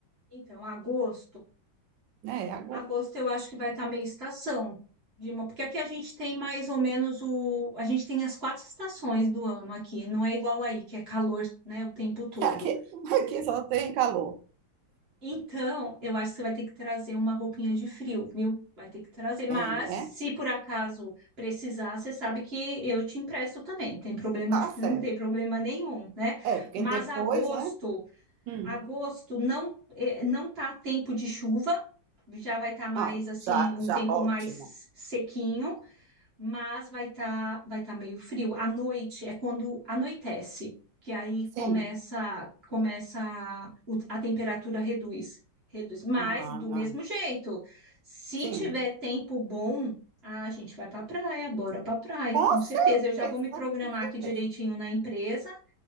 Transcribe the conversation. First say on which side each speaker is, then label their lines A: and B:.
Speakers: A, on the right; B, on the right.
A: então, agosto.
B: né? A
A: Agosto eu acho que vai estar meio estação, Dilma, porque aqui a gente tem mais ou menos o. A gente tem as quatro estações do ano aqui, não é igual aí, que é calor, né, o tempo todo.
B: <laughs> Aqui, aqui só tem calor.
A: Então, eu acho que você vai ter que trazer uma roupinha de frio, viu? Vai ter que trazer. Mas,
B: É, né?
A: se por acaso precisar, você sabe que eu te empresto também, não tem problema,
B: Tá
A: <laughs>
B: certo.
A: não tem problema nenhum, né?
B: É, porque
A: Mas
B: depois,
A: agosto.
B: né? Hum,
A: Agosto não eh, não tá tempo de chuva, já vai estar mais
B: Ah,
A: assim,
B: já,
A: um
B: já,
A: tempo
B: ótimo.
A: mais sequinho, mas vai estar vai tá meio frio. À noite é quando anoitece, que aí
B: sim.
A: começa começa o- a temperatura reduz, reduz. Mas
B: Ah,
A: do mesmo jeito, se
B: sim,
A: tiver tempo bom, a gente vai para praia, bora para praia,
B: com
A: com certeza.
B: certeza,
A: Eu já vou me programar
B: com certeza.
A: aqui direitinho na empresa